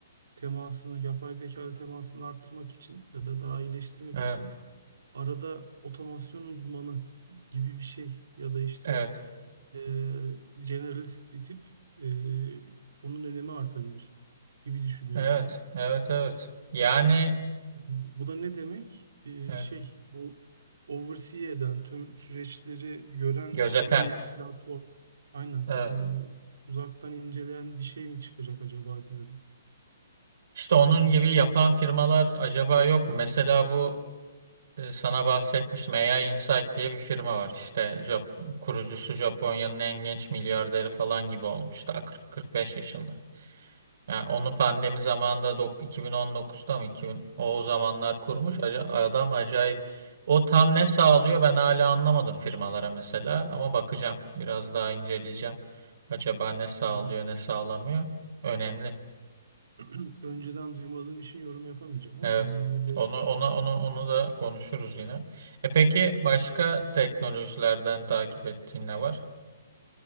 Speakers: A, on the right (about 80°); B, on the right (about 65°).
A: temasını, yapay zeka ile temasını arttırmak için ya da daha iyileştirmek
B: Evet.
A: için arada otomasyon uzmanı gibi bir şey ya da işte
B: Evet.
A: e, generalist bir tip e, onun önemi artabilir gibi düşünüyorum
B: Evet,
A: ben.
B: evet, evet. Yani
A: Yani bu da ne demek? E,
B: evet,
A: şey bu oversee eden tüm süreçleri gören
B: gözeten.
A: bir platform. Aynen.
B: Evet.
A: e, uzaktan inceleyen bir şey mi çıkacak acaba diyorum.
B: İşte onun gibi yapan firmalar acaba yok mu? Mesela bu e, sana bahsetmiştim. AI Insight diye bir firma var. İşte Jap kurucusu Japonya'nın en genç milyarderi falan gibi olmuştu. 40-45 yaşında. Yani onu pandemi zamanında dok- 2019'da mı 2000 o, o zamanlar kurmuş Aca- adam acayip. O tam ne sağlıyor ben hala anlamadım firmalara mesela ama bakacağım biraz daha inceleyeceğim. Acaba ne sağlıyor
A: Yani
B: ne sağlamıyor? Önemli.
A: <clears throat> önceden duymadığım için yorum yapamayacağım ama
B: Evet.
A: yani öyle
B: Onu ona onu
A: e,
B: onu da konuşuruz yine. E peki başka teknolojilerden takip ettiğin ne var?